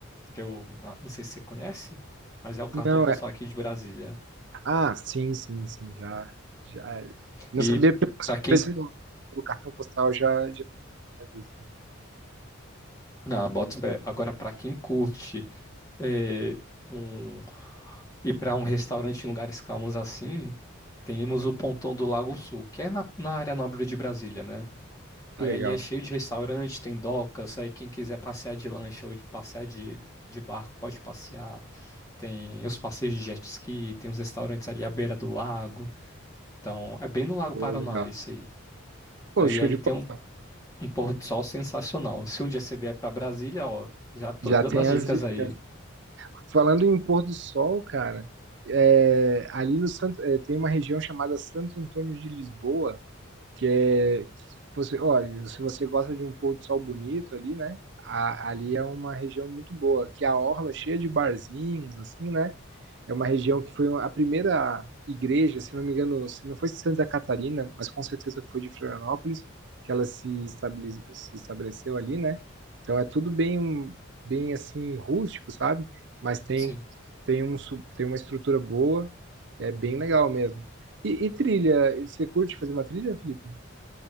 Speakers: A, on the left (about 15°); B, on the right (about 55°).
A: que eu ah, não sei se você conhece, mas é o cartão
B: Não,
A: postal
B: é,
A: aqui de Brasília.
B: ah, sim, sim, sim, já, já, é. não
A: E
B: sabia pelo,
A: para quem
B: por esse- pelo cartão postal, já, já, tinha visto.
A: Na boto fé. Agora, para quem curte é, um, ir para um restaurante em lugares calmos assim, temos o Pontão do Lago Sul, que é na, na área nobre de Brasília, né?
B: que
A: Aí
B: legal,
A: ele é cheio de restaurante, tem docas, aí quem quiser passear de lancha ou de passear de, de barco pode passear. Tem os passeios de jet ski, tem os restaurantes ali à beira do lago. Então, é bem no Lago
B: pô,
A: Paranoá
B: legal,
A: isso aí.
B: pô,
A: Daí
B: show
A: ele
B: de bola,
A: tem um pôr de sol sensacional. Se um dia você vier pra Brasília, ó, já tô
B: já
A: dando
B: tem
A: as dicas
B: as dicas,
A: aí.
B: Falando em pôr do sol, cara, é, ali no Santo, é, tem uma região chamada Santo Antônio de Lisboa, que é que você, olha, se você gosta de um pôr do sol bonito ali, né? a- ali é uma região muito boa, que a orla é cheia de barzinhos, assim, né? É uma região que foi a primeira igreja, se não me engano, se não foi de Santa Catarina, mas com certeza foi de Florianópolis, que ela se, estabiliz- se estabeleceu ali, né? Então é tudo bem, bem assim, rústico, sabe? Mas tem,
A: Sim.
B: tem, um, su- tem uma estrutura boa, é bem legal mesmo. E, e trilha, você curte fazer uma trilha, Felipe?